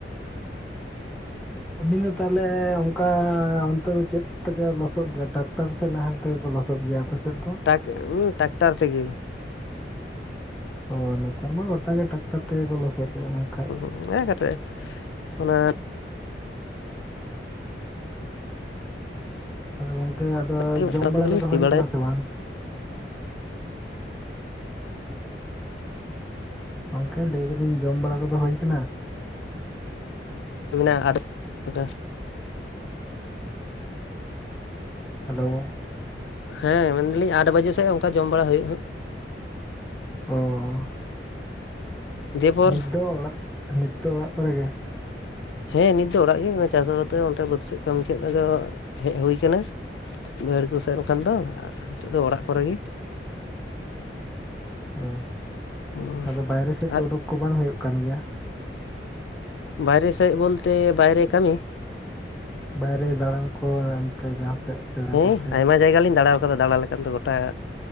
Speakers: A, in the centre; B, on the left.
A: ᱟᱵᱤᱱ ᱫᱚ ᱛᱟᱦᱞᱮ ᱚᱝᱠᱟ ᱚᱱᱛᱮ ᱫᱚ ᱪᱮᱫ ᱛᱮᱯᱮ ᱞᱚᱥᱚᱫ ᱜᱮᱭᱟ, ᱴᱨᱟᱠ ᱴᱟᱨ ᱥᱮ ᱱᱟᱦᱮᱞ ᱛᱮᱜᱮ ᱠᱚ ᱞᱚᱥᱚᱫ ᱜᱮᱭᱟ ᱟᱯᱮ ᱥᱮᱫ ᱫᱚ?
B: ᱠᱮᱜ ᱩᱸ ᱴᱟᱠᱴᱟᱨ ᱛᱮᱜᱮ᱾
A: ᱚ ᱱᱮᱛᱟᱨ ᱢᱟ ᱜᱚᱴᱟ ᱜᱮ ᱴᱨᱟᱠᱴᱟᱨ ᱛᱮᱜᱮ ᱠᱚ ᱞᱚᱥᱚᱫ ᱮᱫᱟ ᱵᱟᱝ ᱠᱷᱟᱡ
B: <unintelligible> ᱚᱱᱟ᱾
A: ᱟᱫᱚ ᱜᱚᱝᱠᱮ ᱟᱫᱚ
B: ᱢᱤᱫ
A: ᱡᱚᱢ ᱵᱟᱲᱟ
B: ᱛᱮᱜᱮᱞᱤᱧ
A: ᱠᱚᱫᱚ
B: ᱥᱤ
A: ᱦᱳᱭ
B: ᱵᱟᱲᱟᱭᱟ
A: ᱟᱠᱟᱱᱟ ᱥᱮ ᱵᱟᱝ? ᱜᱚᱝᱠᱮ ᱞᱟᱹᱭ ᱮᱫᱟᱞᱤᱧ, ᱡᱚᱢ ᱵᱟᱲᱟ ᱦᱳᱭ ᱟᱠᱟᱱᱟ?
B: ᱢᱮᱱᱟᱜᱼᱟ <inaudible>
A: ᱦᱮᱞᱳ᱾
B: ᱦᱮᱸ ᱢᱮᱱᱫᱟᱞᱤᱧ ᱟᱴ ᱵᱟᱡᱮ ᱥᱮᱫ ᱚᱱᱠᱟ ᱡᱚᱢ ᱵᱟᱲᱟ ᱦᱩᱭᱩᱜ-ᱟ ᱦᱟᱸᱜ᱾
A: ᱚ᱾
B: ᱫᱤᱭᱮᱯᱚᱨ
A: ᱱᱤᱛ ᱫᱚ ᱚᱲᱟᱜ ᱱᱤᱛ ᱫᱚ ᱚᱲᱟᱜ ᱠᱚᱨᱮᱜ ᱜᱮ᱾
B: ᱦᱮᱸ ᱱᱤᱛ ᱫᱚ ᱚᱲᱟᱜ ᱜᱮ ᱚᱱᱮ ᱪᱟᱥ <unintelligible> ᱚᱱᱛᱮ ᱵᱟᱹᱫᱽ ᱥᱮᱫ ᱠᱟᱢᱤ <unintelligible> ᱦᱮᱡ ᱦᱩᱭ ᱠᱟᱱᱟ᱾ <unintelligible> ᱫᱚ ᱟᱨ ᱱᱤᱛᱚᱜ ᱫᱚ ᱚᱲᱟᱜ ᱠᱚᱨᱮ ᱜᱮ᱾
A: ᱚ
B: ᱩᱸ
A: ᱟᱫᱚ ᱵᱟᱭᱨᱮ ᱥᱮᱫ ᱫᱚ
B: ᱟᱨ
A: ᱳᱰᱳᱠ ᱠᱚ ᱵᱟᱝ ᱦᱳᱭᱳᱜ ᱠᱟᱱ ᱜᱮᱭᱟ?
B: ᱵᱟᱭᱨᱮ ᱥᱮᱫ ᱵᱚᱞᱛᱮ ᱵᱟᱭᱨᱮ ᱠᱟᱢᱤ?
A: ᱵᱟᱭᱨᱮ ᱫᱟᱬᱟᱱ ᱠᱚ ᱦᱟᱱᱛᱮ ᱡᱟᱦᱟᱸ ᱥᱮᱫ? ᱯᱮᱲᱟ
B: ᱦᱮᱸ
A: ᱠᱚᱴᱷᱮᱡ
B: ᱟᱭᱢᱟ ᱡᱟᱭᱜᱟ ᱞᱤᱧ ᱫᱟᱬᱟᱣ ᱟᱠᱟᱫᱟ ᱫᱟᱬᱟ ᱞᱮᱠᱟᱱ ᱫᱚ ᱜᱚᱴᱟ,